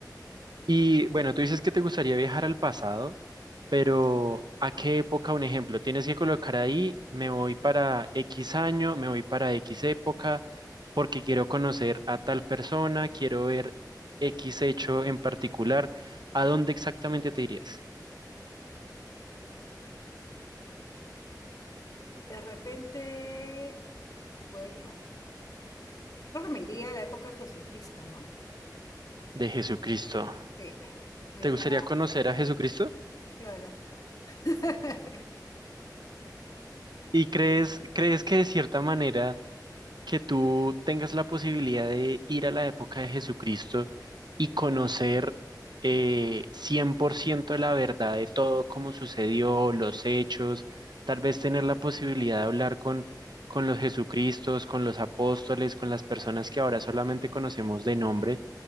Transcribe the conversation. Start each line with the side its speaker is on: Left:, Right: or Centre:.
Right: Y bueno, tú dices que te gustaría viajar al pasado, pero ¿a qué época? Un ejemplo, tienes que colocar ahí, me voy para X año, me voy para X época, porque quiero conocer a tal persona, quiero ver X hecho en particular. ¿A dónde exactamente te irías?
Left: De repente, bueno, creo que me iría a la época de Jesucristo, ¿no?
Right: De Jesucristo.
Left: Sí, me
Right: ¿Te
Left: iría,
Right: gustaría conocer a Jesucristo?
Left: claro. <laughs>
Right: ¿Y crees, crees que de cierta manera... que tú tengas la posibilidad de ir a la época de Jesucristo y conocer eh, 100% la verdad de todo, cómo sucedió, los hechos, tal vez tener la posibilidad de hablar con, con los Jesucristos, con los apóstoles, con las personas que ahora solamente conocemos de nombre,